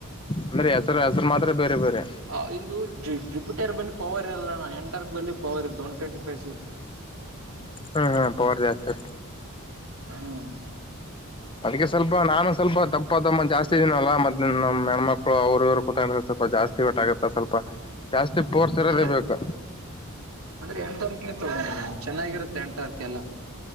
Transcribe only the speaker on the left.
ಅಂದ್ರೆ ಹೆಸರು ಮಾತ್ರ ಬೇರೆ ಬೇರೆ
ಹ್ಮ್ ಹಾ್ ಪವರ್ ಜಾಸ್ತಿ
ಅದಕ್ಕೆ ಸ್ವಲ್ಪ ನಾನು ಸ್ವಲ್ಪ ತಪ್ಪ ಪ್ಪ ತಮ್ಮ ಜಾಸ್ತಿ ಇದಿನನಲ್ಲ ಮತ್ತೆ ನಮ್ಮ ಹೆಣ್ಮಕ್ಳು ಅವರು ಇವರು ಕೂತ ಸ್ವಲ್ಪ ಜಾಸ್ತಿ ಒಟ್ಟಾಗುತ್ತ ಸ್ವಲ್ಪ ಜಾಸ್ತಿ ಪೋರ್ಸರದೇ
ಬೇಕು